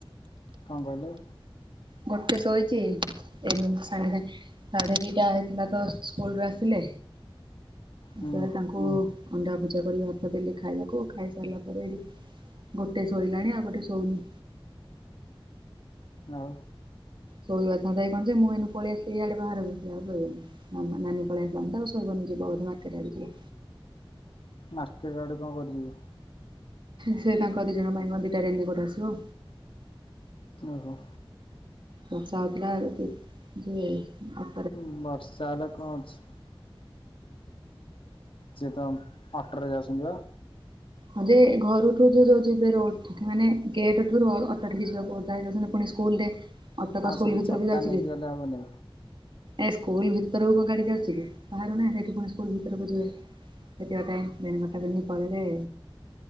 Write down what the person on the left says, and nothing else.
କଣ କହିଲେ।
ହୁଁ
ଆଉ।
ମାର୍କେଟ ଆଡେ କଣ କରିବି।
ଓହୋ।
ଉଁ ବର୍ଷା ହେଲେ କଣ ଅଛି। ସିଏ ତ ଅଟରେ ଯାଉଛନ୍ତି ବା।
ଆଉ
ସେଠି
ଛତା
ନେଇକି
ଗଲେ ହବନି?